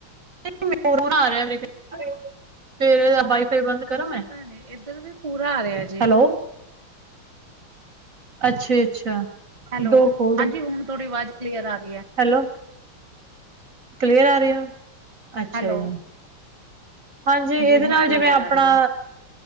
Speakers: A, on the right; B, on the right.
A: ਇੱਕ ਫੋਨ ਆ ਰਿਹਾ ਵੇਖ ਸਵੇਰੇ ਦਾ ਵਾਈਫਾਈ ਬੰਦ ਕਰਾਂ ਮੈਂ
B: ਪਤਾ ਨੀ ਇੱਧਰ ਵੀ ਪੂਰਾ ਆ ਰਿਹਾ ਜੇ।
A: ਹੈਲੋ ਅੱਛਾ ਜੀ ਅੱਛਾ,
B: ਹੈਲੋ
A: ਡੋਰ ਖੋਲ ਦੇ
B: ਹਾਂਜੀ ਹੁਣ ਥੋਡੀ ਆਵਾਜ਼ ਕਲੀਅਰ ਆ ਰਹੀ ਐ।
A: ਹੈਲੋ, ਕਲੀਅਰ ਆ ਰਹੀਆ ਐ ਅੱਛਾ
B: ਹੈਲੋ
A: ਜੀ। ਹਾਂਜੀ ਇਹਦੇ
B: ਹੁਣ
A: ਨਾਲ
B: ਕਲੀਅਰ
A: ਜਿਵੇਂ ਆਪਣਾ,
B: ਆ ਰਹੀ ਹੈ